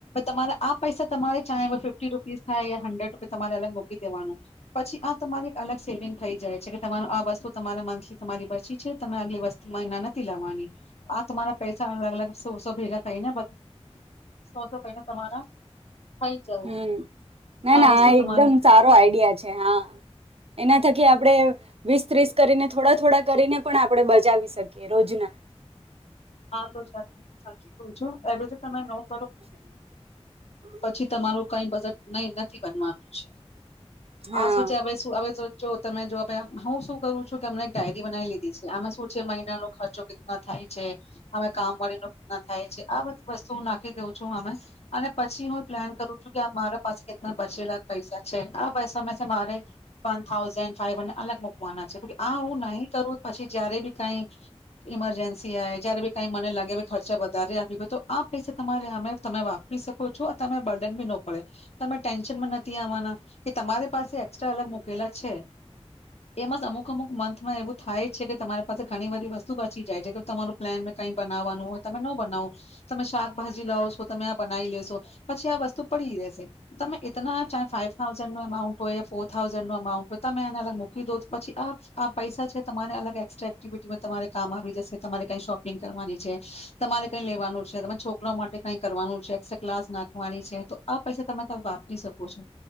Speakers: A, on the left; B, on the right.
A: તમારા આ પૈસા તમારે ચાહે ફિફ્ટી રૂપીસ થાય યા હંડ્રેડ રૂપીસ તમારે અલગ મૂકી દેવાનું પછી આ તમારે એક અલગ સેવિંગ થઈ જાય છે, કે તમાર આ વસ્તુ તમારે મંથલી તમારી બચી છે તમે આગલી વસ મયીના નથી લાવવાની આ તમારા પૈસા અલગ અલગ સો સો ભેગા થઈ ને બધ શો શો કઈને તમારા થઈ જાય
B: હમ્મ
A: છે
B: ના
A: આ
B: ના
A: વસ્તુ તમારે
B: એકદમ સારો આઈડિયા છે હા. એના થકી આપણે વીસ-ત્રીસ કરીને થોડા થોડા કરીને, પણ આપણે બચાવી શકીએ રોજના.
A: હા, તો છે સાચી કવુ છું, બીજુ તમે નવું
B: <unintelligible>
A: તો પછી તમારું કઈ બજટ નય નથી બનવાનું છે.
B: હા
A: આ શું છે? હવે શું હવે સ જો તમે જોવા હું શું કરું છું કે મેં એક ડાયરી બનાવી લીધી છે, આમાં શું છે મહિનાનો ખર્ચો કેટલા થાય છે, અવે કામવાળી નો કેટલા થાય છે, આ બધી વસ્તુ હું નાખી દેઉં છું અને અને પછી હું પ્લાન કરું છું કે મારા પાસે કેટલા બચેલા પૈસા છે, આ પૈસા મે સે મારે વન થાઉઝન્ડ ફાવ અલગ મૂક વાના છે કયુંકી આ હું નહી કરું પછી જયારે બી કઈ ઈમરજન્સી આવે તો બી કંઈ મને લાગ મેં ખર્ચા વધ વધારે આપ ગ તો આ પૈસા તમારે આમે તમે વાપરી શકો છો તમે બર્ડન બી ન પડે તમે ટેન્શનમાં નથી આવવાના કે તમારી પાસે એસ્ટ્રા અલગ મૂકેલા છે, એમાં જ અમુક અમુક મંથમાં એવું થાય છે કે તમારી પાસે ઘણી બધી વસ્તુ બચી જાય છે, કે તમારું પ્લેનમાં કઈ બનાવવાનું હોય તમે ન બનાવો તમે શાકભાજી લાવો છો તમે આ બનાવી લેશો પછી આ વસ્તુ પડી રેશે. તમેં એતના ચાહે ફાઈવ થાઉઝન્ડનો એમાઉન્ટ હોય ફોર થાઉઝન્ડનો અમાઉન્ટ હોય તમે આને અલગ મૂકી દો પછી આ આ પૈસા છે, તમારે અલગ એક્સ્ટ્રા એક્ટિવિટીમાં તમારે કામ આવી જશે તમારે કઈ શોપિંગ કરવાની છે તમારે કઈ લેવાનું છે તમે છોકરા માટે કઈ કરવાનું છે, એક્સ્ટ્રા ક્લાસ નાખવાની છે તો આ પૈસા તમે તા વાપરી શકો છો,